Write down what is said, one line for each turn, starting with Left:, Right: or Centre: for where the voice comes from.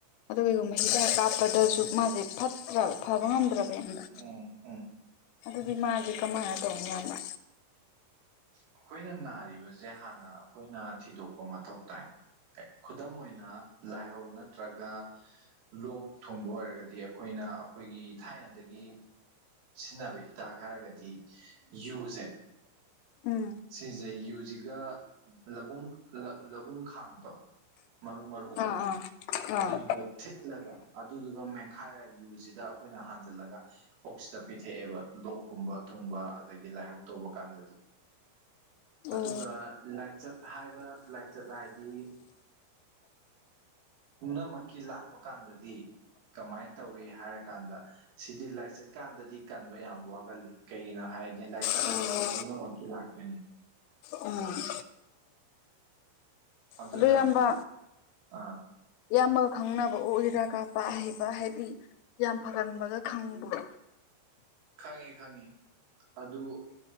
Left: ꯑꯗꯨꯒ ꯀꯩꯒꯨꯝꯕ ꯍꯤꯗꯥꯛ ꯀꯥꯞꯄꯗꯖꯨ ꯃꯥꯖꯦ ꯐꯠꯇ꯭ꯔꯕ ꯐꯕ ꯉꯝꯗ꯭ꯔꯕ ꯏꯌꯥꯝꯕ
Right: ꯎꯝ ꯎꯝ
Left: ꯑꯗꯨꯗꯤ ꯃꯥꯖꯦ ꯀꯃꯥꯏꯅ ꯇꯧꯅꯤ ꯏꯌꯥꯝꯕ
Right: ꯃꯈꯣꯏꯅ ꯅꯥꯔꯤꯕꯖꯦ ꯍꯥꯟꯅ ꯑꯈꯣꯏꯅ ꯊꯤꯗꯣꯛꯄ ꯃꯊꯧ ꯇꯥꯏ ꯑꯦ ꯈꯨꯗꯝ ꯑꯣꯏꯅ ꯂꯥꯏꯍꯧ ꯅꯠꯇ꯭ꯔꯒ ꯂꯣꯛ ꯊꯨꯡꯕ ꯑꯣꯏꯔꯒ ꯗꯤ ꯑꯈꯣꯏꯅ ꯑꯈꯣꯏꯒꯤ ꯊꯥꯏꯅꯗꯒꯤ ꯁꯤꯖꯤꯟꯅꯕ ꯍꯤꯗꯥꯛ ꯍꯥꯏꯔꯒ ꯗꯤ ꯌꯨ ꯖꯦ
Left: ꯎꯝ
Right: ꯁꯤꯖꯦ ꯌꯨꯖꯤꯒ ꯂꯕꯨꯡ ꯂꯕꯨꯡ ꯈꯥꯡꯗꯣ ꯃꯔꯨ ꯃꯔꯨꯗꯣ
Left: ꯑꯥ ꯑꯥ
Right: ꯑꯗꯨꯗꯨꯒ
Left: ꯑꯥ
Right: ꯊꯤꯠꯂꯒ ꯑꯗꯨꯗꯨꯒ ꯃꯦ ꯈꯥꯏꯔ ꯌꯨꯖꯤꯗ ꯑꯈꯣꯏꯅ ꯍꯥꯟꯖꯤꯜꯂꯒ ꯑꯣꯛꯁꯤꯗ ꯄꯤꯊꯛꯑꯦꯕ ꯂꯣꯛꯀꯨꯝꯕ ꯊꯨꯡꯕ ꯑꯗꯒꯤ ꯂꯥꯏꯍꯧ ꯇꯧꯕ ꯀꯥꯟꯗꯗꯤ
Left: ꯑꯣ
Right: ꯑꯗꯨꯒ ꯂꯥꯏꯆꯠ ꯍꯥꯏꯕ ꯂꯥꯏꯆꯠ ꯍꯥꯏꯗꯤ ꯄꯨꯝꯅꯃꯛꯀꯤ ꯂꯥꯛꯄ ꯀꯥꯟꯗꯗꯤ ꯀꯃꯥꯏꯅ ꯇꯧꯋꯤ ꯍꯥꯏꯔꯀꯥꯟꯗ ꯁꯤꯗꯤ ꯂꯥꯏꯆꯠꯀꯥꯟꯗꯗꯤ ꯀꯟꯕ ꯌꯥꯝ ꯋꯥꯒꯜꯂꯤ ꯀꯩꯒꯤꯅꯣ ꯍꯥꯏ ꯍꯥꯏꯗꯤ ꯂꯥꯏꯆꯠ
Left: ꯑꯣ
Right: ꯍꯥꯏꯁꯤꯗꯤ ꯄꯨꯝꯅꯃꯛꯀꯤ ꯂꯥꯛꯇꯣꯏꯅꯤ
Left: ꯎꯝ
Right: ꯑꯗꯨꯅ
Left: ꯑꯗꯣ ꯏꯌꯥꯝꯕ
Right: ꯑꯥ
Left: ꯏꯌꯥꯝꯕ ꯈꯪꯅꯕ ꯑꯣꯛ ꯍꯤꯗꯥꯛ ꯀꯥꯞꯄ ꯄ ꯍꯩꯕ ꯍꯥꯏꯗꯤ ꯌꯥꯝ ꯐꯒꯟꯕꯒ ꯈꯪꯕ꯭ꯔꯣ
Right: ꯈꯪꯉꯦ ꯈꯪꯉꯦ ꯑꯗꯨ